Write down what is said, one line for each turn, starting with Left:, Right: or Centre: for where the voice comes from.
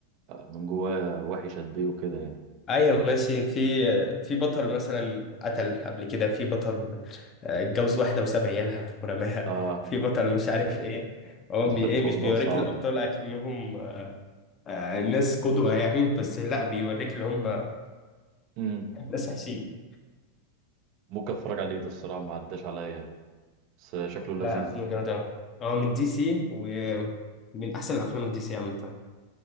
Right: من جواه وحش قد ايه وكده يعني
Left: أيوة ماشي في في بطل مثلا قتل قبل كده في بطل آه، اتجوز واحدة وساب عيالها ورماها
Right: اه
Left: في بطل مش عارف إيه هو
Right: <laughs> لا
Left: بي إيه
Right: الموضوع
Left: مش بيوريك
Right: صعب
Left: الأبطال أكنهم آه، ناس قدوة يعني بس لا بيوريك اللي هم
Right: امم
Left: ناس وحشين
Right: ممكن اتفرج عليه ده الصراحه ما عداش عليا يعني. بس شكله لذيذ
Left: لا فيلم جامد أوي هو من دي سي ومن أحسن الأفلام اللي دي سي عملتها